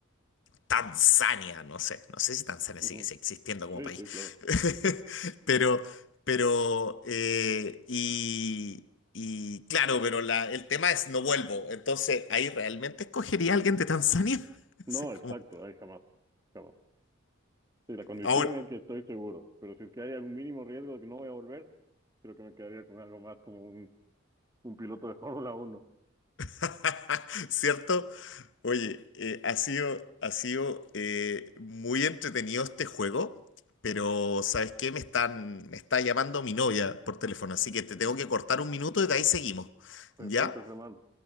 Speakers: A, on the left (about 65°); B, on the right (about 15°).
A: Tanzania, no sé, no sé si Tanzania
B: Ujú.
A: sigue existiendo como
B: Sí,
A: país,
B: sí, claro.
A: <laughs> pero, pero, eh, y, y claro, pero la- el tema es no vuelvo, entonces ahí realmente escogería a alguien de Tanzania, <laughs>
B: No,
A: Así como,
B: exacto, ahí jamás, jamás. Sí, la condición
A: ahora,
B: es que estoy seguro, pero si es que hay algún mínimo riesgo de que no voy a volver, creo que me quedaría con algo más como un, un piloto de <laughs> Fórmula uno
A: <laughs> ¿cierto? Oye,
B: Sí.
A: eh, ha sido, ha sido eh, muy entretenido este juego, pero ¿sabes qué? Me están, me está llamando mi novia por teléfono, así que te tengo que cortar un minuto y de ahí seguimos,
B: Perfecto,
A: ¿ya?
B: Germán.